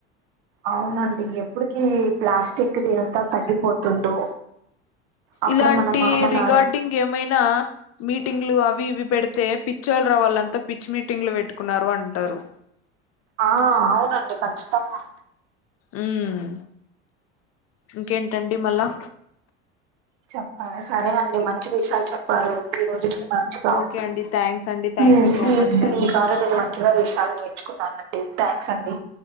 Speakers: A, on the right; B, on the left.
A: అవునండి ఎప్పుటికి ప్లాస్టిక్ది అంతా తగ్గిపోతుందో అప్పుడు
B: ఇలాంటి
A: మన మన
B: రిగార్డింగ్ ఏమైనా మీటింగ్లు అవి ఇవి పెడితే పిచ్చోళ్రా వాళ్ళంతా పిచ్ మీటింగ్లు పెట్టుకున్నారు అంటారు
A: ఆ అవునండి ఖచ్చితంగా
B: ఉ ఇంకేంటండి మళ్ళా
A: చెప్పాల సరే అండి మంచి విషయాలు చెప్పారు ఈ రోజుకి మంచిగా
B: ఓకే అండి థ్యాంక్స్ అండి థ్యాంక్
A: మీ
B: యూ సో
A: ఈ
B: మచ్
A: దీని
B: అండి
A: దారవిద మ మంచిగా విషయాలు నేర్చుకున్నాను అండి థ్యాంక్స్ అండి